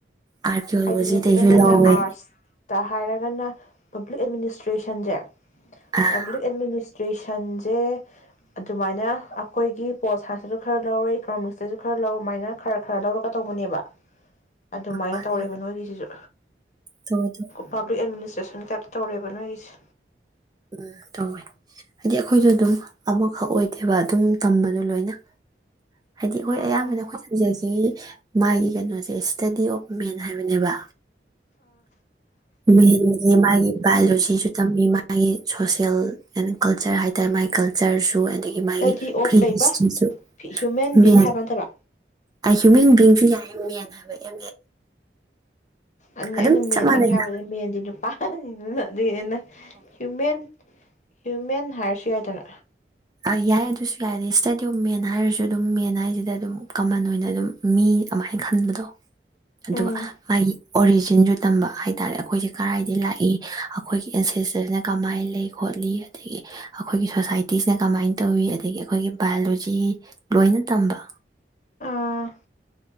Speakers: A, on the right (about 20°); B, on the left (about 40°).
A: ꯑꯥꯔꯀꯤꯌꯣꯂꯣꯖꯤꯗꯩꯁꯨ
B: ꯍꯥꯏꯗꯤꯅꯦ ꯈꯨꯗꯝ ꯑꯣꯏꯅ
A: ꯂꯧꯋꯦ
B: ꯑꯥꯔꯠꯁꯇ ꯍꯥꯏꯔꯒ ꯍꯥꯏꯒꯅ ꯄꯕ꯭ꯂꯤꯛ ꯑꯦꯗꯃꯤꯅꯤꯁꯇ꯭ꯔꯦꯁꯟꯁꯦ
A: ꯑꯥ
B: ꯄꯛ ꯑꯦꯗꯃꯤꯁꯦ ꯇꯨꯋꯦꯁꯟꯁꯦ ꯑꯗꯨꯃꯥꯏꯅ ꯑꯩꯈꯣꯏꯒꯤ ꯄꯣꯁ ꯁꯥꯏꯟꯁꯇꯁꯨ ꯈꯔ ꯂꯧꯔꯦ ꯏꯀꯣꯅꯣꯃꯤꯛꯁꯇꯁꯨ ꯈꯔ ꯂꯧꯔ ꯑꯗꯨꯃꯥꯏꯅ ꯈꯔ ꯈꯔ ꯂꯧꯔꯒ ꯇꯧꯕꯅꯦꯕ ꯑꯗꯨꯃꯥꯏꯅ
A: ꯃꯥꯅꯦ
B: ꯇꯧꯔꯦꯕ ꯅꯣꯏꯒꯤꯁꯤꯁꯨ
A: ꯇꯧꯋꯦ ꯇꯧꯋꯦ
B: ꯄꯂꯤꯛ ꯑꯦꯃꯤ ꯔꯦꯁꯟ ꯀꯠ ꯇꯧꯔꯦꯕ ꯅꯣꯏꯒꯤꯁꯦ
A: ꯎꯝ ꯇꯧꯋꯦ ꯍꯥꯏꯗꯤ ꯑꯩꯈꯣꯏꯁꯨ ꯑꯗꯨꯝ ꯑꯃꯈꯛ ꯑꯣꯏꯗꯦꯕ ꯑꯗꯨꯝ ꯇꯝꯕꯗꯣ ꯂꯣꯏꯅ ꯍꯥꯏꯗꯤ ꯑꯩꯈꯣꯏ
B: ꯑꯥ
A: ꯑꯌꯥꯝꯕꯅ ꯑꯩꯈꯣꯏ ꯁꯕꯖꯦꯛꯁꯤ ꯃꯥꯒꯤ ꯀꯩꯅꯣꯁꯦ ꯏꯁꯇꯗꯤ ꯑꯣꯐ ꯃꯦꯟ ꯍꯥꯏꯕꯅꯦꯕ ꯃꯤ ꯃꯥꯒꯤ ꯚꯥꯏꯌꫭꯂꯣꯁꯤꯁꯨ ꯊꯝ ꯃꯥꯒꯤ ꯁꯣꯁꯦꯜ ꯑꯦꯟ ꯀꯜꯆꯔ ꯍꯥꯏꯇꯥꯔꯦ ꯃꯥꯒꯤ ꯀꯜꯆꯔꯁꯨ ꯑꯗꯒꯤ
B: ꯏꯁꯇꯗꯤ
A: ꯃꯥꯒꯤ
B: ꯑꯣꯐ
A: ꯄ꯭ꯔꯤ
B: ꯀꯩꯕ
A: ꯍꯤꯁꯇ꯭ꯔꯤꯁꯨ
B: ꯍ꯭ꯌꯨꯃꯦꯟ
A: ꯃꯦꯟ
B: ꯕꯤꯡ ꯍꯥꯏꯕ ꯅꯠꯇꯕ
A: ꯑ ꯍ꯭ꯌꯨꯃꯦꯟ ꯕꯤꯡꯁꯨ ꯌꯥꯏ ꯑꯦꯝ ꯑꯦꯟ ꯍꯥꯏꯕ ꯑꯦ
B: ꯑꯗꯨ
A: ꯑꯗꯨꯝ
B: ꯑꯩꯅ ꯃꯦꯟꯗꯪ
A: ꯆꯞ ꯃꯥꯟꯅꯩꯅ
B: ꯍꯥꯏꯕꯗꯅ ꯃꯦꯟꯗꯤ ꯏ ꯑꯗꯨꯦꯟꯅ ꯍ꯭ꯌꯨꯃꯦꯟ ꯍ꯭ꯌꯨꯃꯦꯟ ꯍꯥꯔꯁꯨ ꯌꯥꯏꯗꯅ
A: ꯑ ꯌꯥꯏ ꯑꯗꯨꯁꯨ ꯌꯥꯏ ꯏꯁꯇꯗꯤꯑꯣ ꯃꯦꯟ ꯍꯥꯏꯔꯁꯨ ꯑꯗꯨꯝ ꯃꯦꯟ ꯍꯥꯏꯁꯤꯗ ꯑꯗꯨꯝ ꯀꯃꯟ ꯑꯣꯏꯅ ꯑꯗꯨꯝ ꯃꯤ ꯑꯃꯥꯏꯅ ꯈꯟꯕꯗꯣ ꯑꯗꯨꯒ
B: ꯎꯝ
A: ꯃꯥꯒꯤ ꯑꯣꯔꯤꯖꯤꯟꯁꯨ ꯇꯝꯕ ꯍꯥꯏꯇꯥꯥꯔꯦ ꯑꯩꯈꯣꯏꯁꯦ ꯀꯔꯥꯏꯗꯒꯤ ꯂꯥꯛꯏ ꯑꯩꯈꯣꯏꯒꯤ ꯑꯦꯟꯁꯦꯁꯇꯔꯁꯤꯅ ꯀꯃꯥꯏꯅ ꯂꯩ ꯈꯣꯠꯂꯤ ꯑꯗꯒꯤ ꯑꯩꯈꯣꯏꯒꯤ ꯁꯣꯁꯥꯏꯇꯤꯁꯤꯅ ꯀꯃꯥꯏꯅ ꯇꯧꯋꯤ ꯑꯗꯒꯤ ꯑꯩꯈꯣꯏꯒꯤ ꯕꯥꯏꯑꯣꯂꯣꯖꯤ ꯂꯣꯏꯅ ꯇꯝꯕ
B: ꯑꯥ